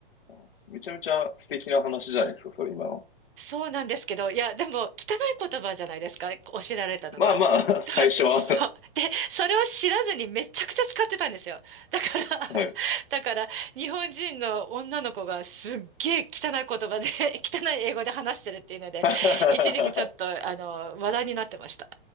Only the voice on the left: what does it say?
あーめちゃめちゃ素敵な話じゃないですか、それ今の。
まあまあ、<laughs> 最初は。
はい。
<laughs>